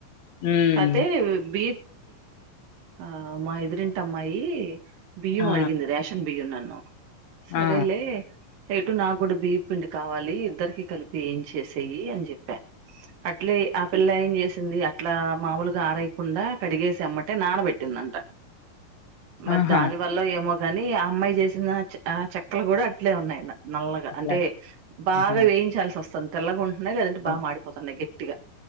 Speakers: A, on the left; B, on the right.
A: ఉమ్
B: కాతే బీ ఆ మా ఎదురింటి అమ్మాయి బియ్యం
A: ఆ
B: అడిగింది రేషన్ బియ్యం నన్ను. సరేలే
A: ఆ
B: ఎటు నా కూడా బియ్యప్ పిండి కావాలి ఇద్దరికి కలిపి ఏం చేసేయి అని చెప్పా. అట్లే ఆ పిల్ల ఏం చేసింది అట్లా మాముూలుగా ఆరయ్యకుండా. కడిగేసి ఎమ్మటే నానబెట్టిందంట మరి
A: ఆహా
B: దాని వల్ల ఏమో కాని ఆ అమ్మాయి చేసిన ఆ చె చెక్కలు కూడా అట్లే ఉన్నాయి. నల్లగా
A: అట్లా
B: అంటే బాగా
A: ఆహా
B: వేయించాల్సి వస్తుంది తెల్లగా ఉంటున్నాయి లేదంటే
A: అవు
B: బాగా మాడిపోతున్నాయి గట్టిగా.